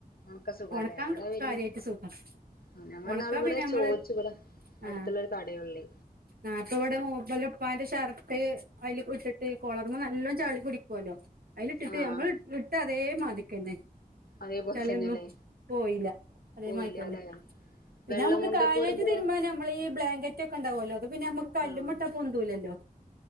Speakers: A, on the left; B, on the right.
A: ഒണക്ക് സുഖല്ലേ
B: ഉണക്കാൻ
A: ഇവിടെ വേരും
B: കാര്യായിട്ട് സുഖം
A: ആഹ് ഞങ്ങളിന്നാളവിടെ
B: ഉണക്കാൻ പിന്നെ നമ്മള്
A: ചോദിച്ചു ഇവടെ അടുത്തോള്ളോരു
B: ആഹ്
A: കടയൊള്ളേ
B: ആഹ് ഇപ്പോ ഇവടെ <unintelligible> ഉപ്പാന്റെ ഷർട്ട് അയില് ഇട്ടിട്ട് കൊളറ്മേ നല്ലോ ചാളി പിടിക്കുല്ലോ അയിലിട്ടിട്ട്
A: ആഹ്
B: ഞമ്മള് ഇട്ട് ട്ടതേ മാതിക്കന്നെ
A: അതേപോലെ
B: ചളിയൊന്നും
A: തന്നെല്ലേ
B: പോയില്ല അതേമായിക്കന്നെ
A: പോയില്ലാല്ലേ
B: പിന്നെ
A: വെള്ള
B: നമുക്ക്
A: മുണ്ടൊക്കെ
B: കാര്യാട്ട്
A: ഇടുമ്പളോ
B: തിരുമ്മന് നമ്മളി ബ്ലാങ്ക റ്റൊക്കെണ്ടാവല്ലോ അതുപിന്നെ നമ്മക്ക് കല്ലുമേ
A: ആഹ്
B: ഇട്ടാ പൊന്തൂല്ലോ